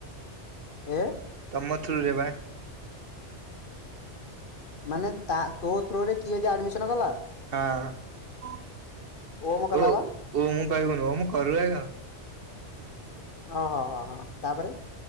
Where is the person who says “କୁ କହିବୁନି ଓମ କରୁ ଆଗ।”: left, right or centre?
Right